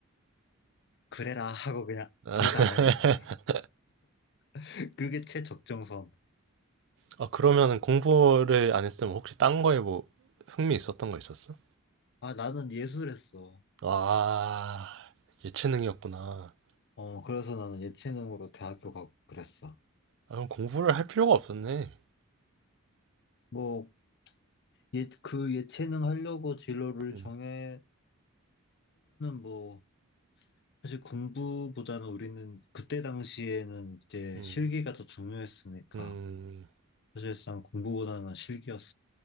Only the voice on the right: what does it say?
<laughs>
아 그러면은 공부를 안 했으면 혹시 딴 거에 뭐 흥미 있었던 거 있었어?
아. 예체능이었구나.
아 그럼 공부를 할 필요가 없었네.
음.
음.
음.